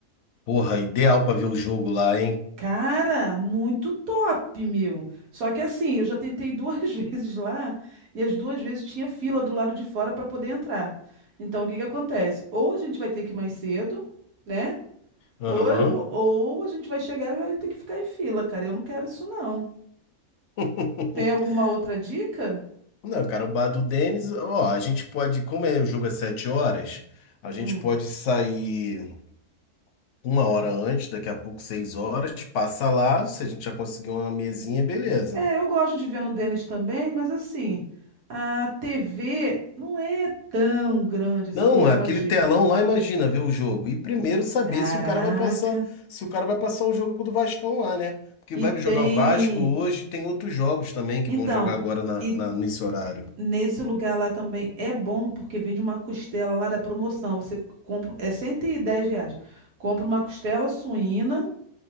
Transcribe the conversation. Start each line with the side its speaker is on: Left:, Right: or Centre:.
Left: Porra, ideal pra ver o jogo lá, hein?
Right: Cara, muito top, meu. Só que assim, eu já tentei duas <laughs> vezes lá e as duas vezes tinha fila do lado de fora para poder entrar. Então, o que que acontece? Ou a gente vai ter que ir mais cedo, né?
Left: Aham.
Right: Ou, eu- ou a gente vai chegar e vai ter que ficar em fila, cara. Eu não quero isso, não.
Left: <laughs>
Right: Tem alguma outra dica?
Left: Não, cara, o bar do Denis, ó, a gente pode, como é, o jogo é 7 horas, a gente
Right: Hum.
Left: pode sair. Uma hora antes, daqui a pouco, seis horas, passa lá. Se a gente já conseguir uma mesinha, beleza.
Right: É, eu gosto de ver no Denis também, mas assim, a TV não é tão grande assim,
Left: Não,
Right: tão chamativa.
Left: aquele telão lá, imagina ver o jogo. E primeiro saber
Right: Caraca.
Left: se o cara vai passar, se o cara vai passar o jogo do Vascão lá, né? Porque
Right: E
Left: vai
Right: tem.
Left: jogar o Vasco hoje, tem outros jogos também que
Right: Então,
Left: vão jogar agora na,
Right: e
Left: na- nesse horário.
Right: nesse lugar lá também é bom porque vende uma costela lá da promoção. Você compra, é 110 reais. Compra uma costela suína,